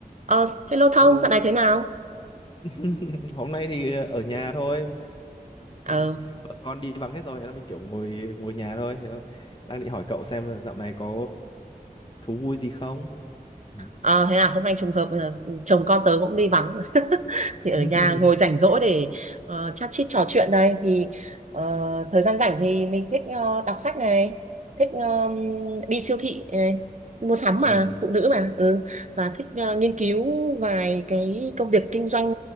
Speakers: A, on the right; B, on the left.
A: Ờ, hello Thông,
B: Hello.
A: dạo này thế nào?
B: <laughs> Hôm nay thì ờ, ở nhà thôi.
A: Ờ,
B: <laughs> Vợ con đi vắng hết rồi, thế là mình kiểu ngồi ngồi nhà thôi. Thế là Đang định hỏi cậu xem là dạo này có thú vui gì không? Ừ.
A: ờ, thế à, hôm nay trùng hợp ờ, chồng con tớ cũng đi vắng <laughs> thì
B: <laughs>
A: ở nhà ngồi rảnh rỗi để uh, chat chít trò chuyện đây thì ờ, thời gian rảnh thì mình thích ờ, đọc sách này, thích ờ, đi siêu thị này, mua sắm mà,
B: Ừ.
A: phụ nữ mà, ừ, và thích ờ, nghiên cứu vài cái công việc kinh doanh